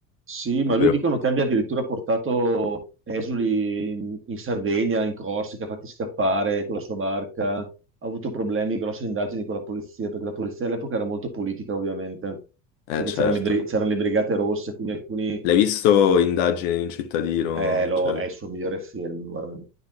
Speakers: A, on the right; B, on the left.
A: Sì, ma
B: davvero
A: lui dicono
B: pochi.
A: che abbia addirittura portato esuli in, in Sardegna, in Corsica, fatti scappare con la sua barca. Ha avuto problemi, grosse indagini con la polizia, perché la polizia all'epoca era molto politica, ovviamente,
B: Eh
A: perché
B: certo.
A: c'erano le, bri- c'erano le Brigate Rosse, quindi alcuni...
B: L'hai visto Indagine di un cittadino?
A: Eh, lo-
B: Cioè,
A: è il suo migliore film, guarda.